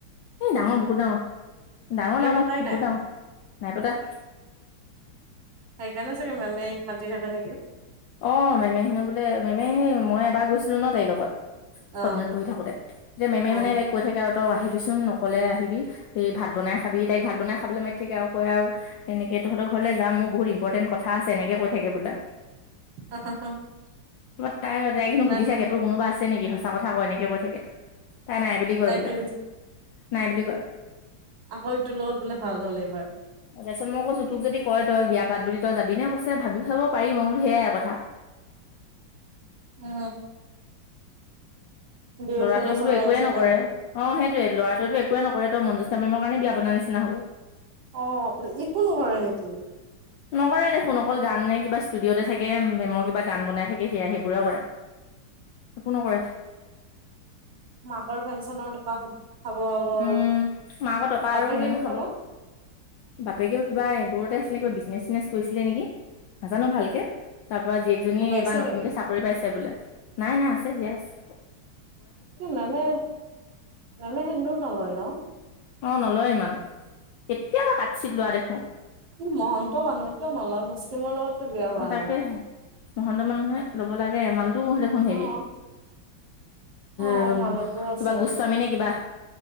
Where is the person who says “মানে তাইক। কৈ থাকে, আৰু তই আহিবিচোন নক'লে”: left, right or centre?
Left